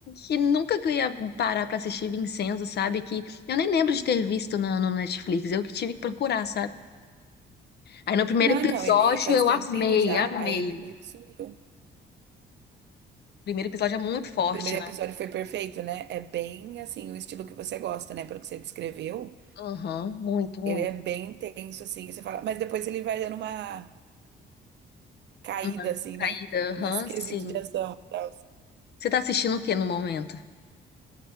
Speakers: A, on the left; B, on the right.
A: que nunca que eu ia parar pra assistir Vincenzo, sabe? Que eu nem lembro de ter visto na- no, Netflix, eu que tive que procurar, sabe? Aí no primeiro
B: Não,
A: episódio
B: então, ele faz
A: eu
B: tempinho
A: amei,
B: já,
A: amei.
B: aí ele meio que sumiu.
A: Primeiro episódio é muito forte,
B: O primeiro
A: né?
B: episódio foi perfeito, né? É bem assim, o estilo que você gosta, né? Pelo que você descreveu,
A: Aham, muito, muito.
B: ele é bem intenso, assim, você fala, mas depois ele vai dando uma caída,
A: Uma
B: assim,
A: caída,
B: né? <laughs>
A: aham,
B: Nesse quesito
A: sim.
B: de ação. e tal.
A: Você tá assistindo o que no momento?